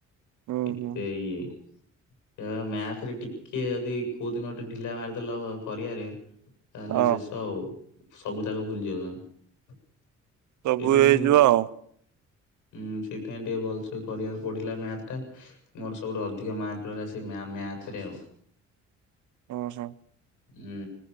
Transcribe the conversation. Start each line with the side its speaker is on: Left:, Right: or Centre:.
Right: ହୁଁ
Left: ଏତେ
Right: ହୁଁ।
Left: ଇଏ କାଇନା ମାଆଥ ଏଥିରେ ଟିକେ ଯଦି କୋଉ ଦିନ ଗଟେ ଢିଲା ମାରିଦେଲ କରିବାରେ ତାହେଲେ
Right: ହଁ
Left: ଶେଷ ଆଉ ସବୁ ଯାକ ଭୁଲିଯିବ ତମେ।
Right: ସବୁ
Left: ସେଇଥିପାଇଁ
Right: ହେଇଯିବ ଆଉ।
Left: <inaudible> ଉଁ ସେଥିପାଇଁ ଟିକେ ଭଲ ସେ କରିବାକୁ ପଡିଲା ମାଥ ଟା ମୋର ସବୁଠୁ ଅଧିକ ମାର୍କ ରହିଲା ସେ ମା ମା ଥ ରେ ଆଉ।
Right: ଓ ହୋ।
Left: ହୁଁ।